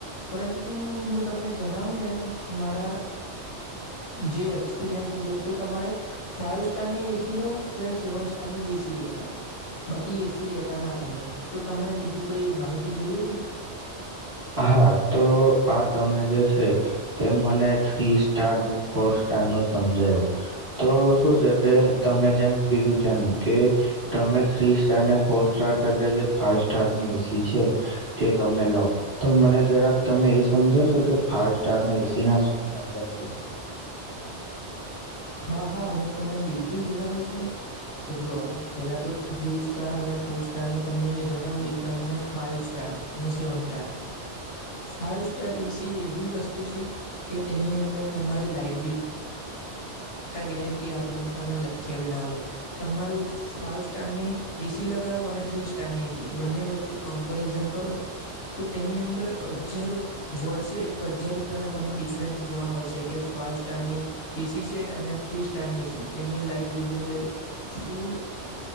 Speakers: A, on the left; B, on the right.
A: પરંતુ હુ તમને જણાવું ને મારા જે એક્સપિરિયન્સ મુજબ તો તમારે, ફાઈવ સ્ટારની એ સી લો કે સેવન સ્ટારની જ એ સી લેતા, બાકી એસી લેતા ના તમે તો તમને બીજું કઈ માહિતી જોઈએ શે?
B: હા તો આ તમે જે છે, તે મને થ્રી સ્ટાર અને ફોર સ્ટાર નો સમજાયું, તો શું છે કે તમે જેમ કીધું કે, તમે થ્રી સ્ટાર ને ફોર સાર ફાઈવ સ્ટાર છે, તે તમે લો. તો મને જરાક તમે એ સમજાવશો કે ફાઈવ સ્ટાર ના એ સી ના શું ફાયદા છે.
A: હા હા હું તમને બિલકુલ જણાવીશ ને, કે જો પેલા તો થ્રી સ્ટાર અને ફોર સ્ટાર ન તમને મેં જણાવ્યું એ પ્રમાણે ફાઈવ સ્ટાર અને seven star, five star AC એવી વસ્તુ છે, કે તેની અંદર તમારે લાઈટ <unintelligible> ટ ગેર ત લખ્યા તમારું ફવ સ્ટારની એ સી લગાવો અને થ્રી સ્ટારની એ સી બંને વચ્ચે કમ્પેરિઝન કરો તો તેની અંદર હજાર વર્ષે એક હજાર રૂપિયાનો તમને ડિફરન્સ જોવા મળશે, કે ફ સ્ટારની, એ સી છે અને થ્રી સ્ટારની એસી તેની લાઈટ બિલની અંદર ફૂલ